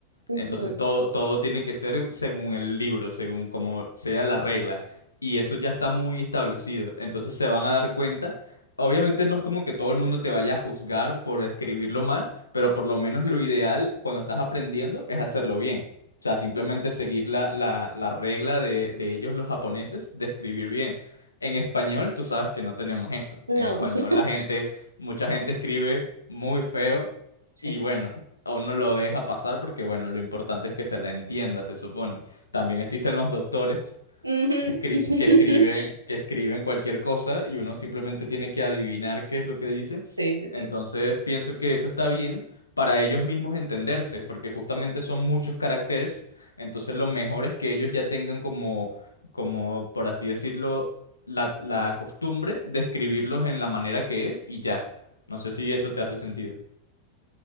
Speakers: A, on the right; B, on the left.
A: Ujú.
B: Entonces todo, todo tiene que ser según el libro, según como sea la regla. Y eso ya está muy establecido. Entonces se van a dar cuenta. Obviamente no es como que todo el mundo te vaya a juzgar por escribirlo mal, pero por lo menos lo ideal cuando estás aprendiendo es hacerlo bien. O sea, simplemente seguir la, la- la regla de, de ellos los japoneses de escribir bien. En español, tú sabes que no tenemos eso.
A: No,
B: En español,
A: <laughs>
B: la gente, mucha gente escribe muy feo
A: sí.
B: y bueno, a uno lo deja pasar porque bueno, lo importante es que se la entienda, se supone. También existen los doctores
A: Ujú.
B: que, escri-
A: <laughs>
B: que escriben, que escriben cualquier cosa y uno simplemente tiene que adivinar qué es lo que dice.
A: Sí, sí, sí.
B: Entonces pienso que eso está bien para ellos mismos entenderse, porque justamente son muchos caracteres. Entonces lo mejor es que ellos ya tengan como, como por así decirlo, la, la costumbre de escribirlos en la manera que es y ya. No sé si eso te hace sentido.